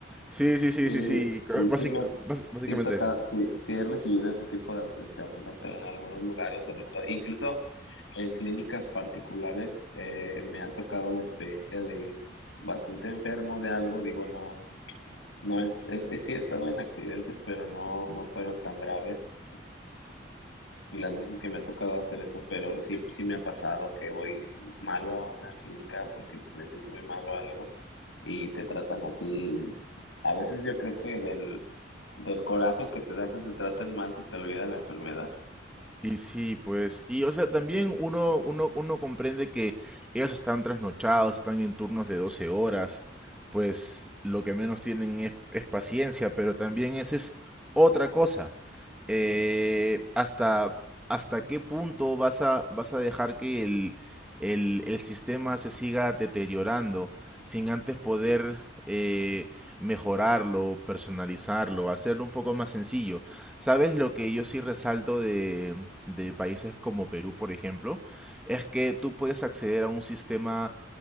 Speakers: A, in the centre; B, on the left.
A: Sí, sí, sí,
B: Sí,
A: sí, sí. c-
B: sí,
A: básica-
B: sí, me ha,
A: bas- básicamente
B: sí he tocado,
A: eso.
B: sí, sí he recibido ese tipo de atención, fíjate, en algunos lugares, sobre todo, incluso en clínicas particulares, eh, me ha tocado la experiencia de ir bastante enfermo de algo, digo, no, no es, es, es- sí he estado en accidentes, pero no, no fueron tan graves y las veces que me ha tocado hacer eso, pero sí, sí me ha pasado que voy malo a una clínica porque me siento muy mal o algo y te tratan así. A veces yo creo que del, del coraje que te da que te traten mal se te olvida la enfermedad.
A: Y sí, pues, y o sea, también
B: Sí.
A: uno, uno, uno comprende que ellos están trasnochados, están en turnos de 12 horas, pues lo que menos tienen es, es paciencia, pero también esa es otra cosa. Eh, hasta, hasta qué punto vas a, vas a dejar que el, el, el sistema se siga deteriorando sin antes poder eh, mejorarlo, personalizarlo, hacerlo un poco más sencillo. ¿Sabes lo que yo sí resalto de, de países como Perú, por ejemplo, es que tú puedes acceder a un sistema